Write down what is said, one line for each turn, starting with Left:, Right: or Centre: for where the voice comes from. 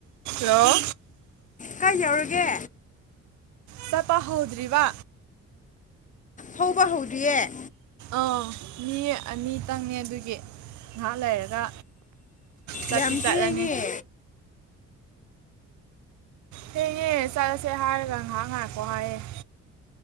Right: ꯍꯂꯣ
Left: ꯀꯥꯏ ꯌꯥꯎꯔꯒꯦ
Right: ꯆꯄ ꯍꯧꯗ꯭ꯔꯤꯔꯤꯕ
Left: ꯍꯧꯕ ꯍꯧꯗ꯭ꯔꯤꯌꯦꯦ
Right: ꯑꯥ ꯃꯤ ꯑꯅꯤꯇꯪꯅꯦ ꯑꯗꯨꯒꯤ ꯉꯥꯏꯍꯥꯛ ꯂꯩꯔꯒ ꯆꯠꯇꯤ
Left: ꯌꯥꯝ
Right: ꯆꯠꯂꯅꯤ
Left: ꯊꯦꯡꯉꯦ
Right: ꯍꯌꯦꯅꯦ ꯆꯠꯂꯁꯦ ꯍꯥꯏꯔꯒ ꯉꯥꯏꯍꯥꯛ ꯉꯥꯏꯥꯛꯀꯣ ꯍꯥꯏꯌꯦꯦ